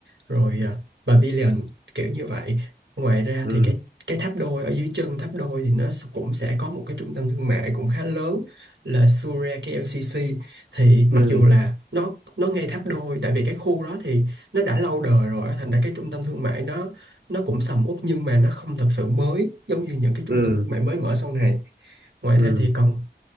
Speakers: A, on the right; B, on the right.
A: rồi à, Pavilion kiểu như vậy ngoài ra
B: ừ
A: thì cái cái tháp đôi ở dưới chân tháp đôi thì nó cũng sẽ có một cái trung tâm thương mại cũng khá lớn là Suria KLCC thì mặc
B: ừ
A: dù là nó nó ngay tháp đôi tại vì cái khu đó thì nó đã lâu đời rồi á, thành ra cái trung tâm thương mại nó nó cũng sầm uất nhưng mà nó không thật sự mới giống như những cái trung
B: ừ
A: tâm thương mại mới mở sau này ngoài
B: ừ
A: ra thì còn